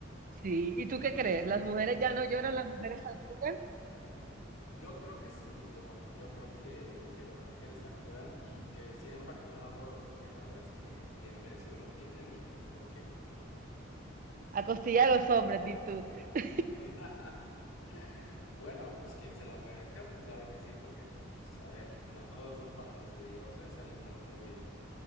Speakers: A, on the right; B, on the left.
A: Sí, ¿y tú qué crees? ¿Las mujeres ya no lloran, las mujeres facturan?
B: Yo creo que sí, yo, yo creo que, que las mujeres facturan y que sigan facturando todo lo que quieran, la verdad es que bien merecido lo tienen y pues ¿por qué no?
A: A costilla de los hombres, di tú. <laughs>
B: <laughs> Bueno, pues quien se lo merezca, pues claro que sí, porque pues, a ver, no todos son panes de dioses, hay unos muy,